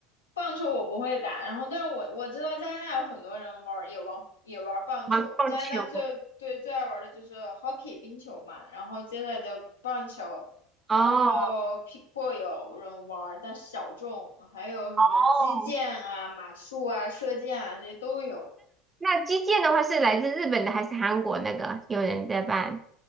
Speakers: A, on the left; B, on the right.
A: 棒球我不会打，然后但是我我知道加拿大有很多人玩也玩也玩棒球，
B: 玩棒球。
A: 加拿大最对最爱玩的就是 hockey 冰球嘛，然后接下来就棒球，
B: 哦
A: 然后 p i c k l e 有人玩但小众，还有什么击剑啊、
B: 哦，
A: 马术啊、射箭啊这些都有，
B: 那击剑的话是来自日本的还是韩国那个？有人在办